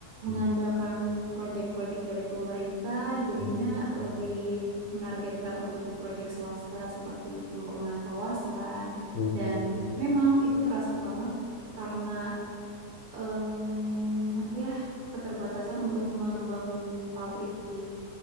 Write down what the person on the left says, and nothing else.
hmm,
hmm,
hmm,